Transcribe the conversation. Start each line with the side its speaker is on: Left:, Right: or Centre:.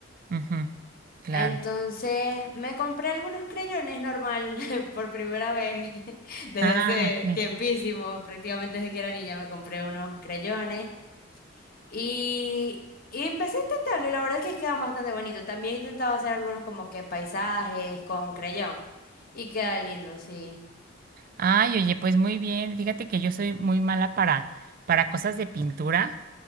Right: ujú, claro.
Left: Entonces me compré algunos creyones normal <laughs> por primera vez <laughs> desde
Right: Ah,
Left: hace
Right: ok.
Left: tiempísimo, prácticamente desde que era niña me compré unos creyones. Y, y empecé a intentarlo y la verdad es que queda bastante bonito. También intentaba hacer algunos como que paisajes con creyón y queda lindo, sí.
Right: Ay, oye, pues muy bien. Fíjate que yo soy muy mala para, para cosas de pintura.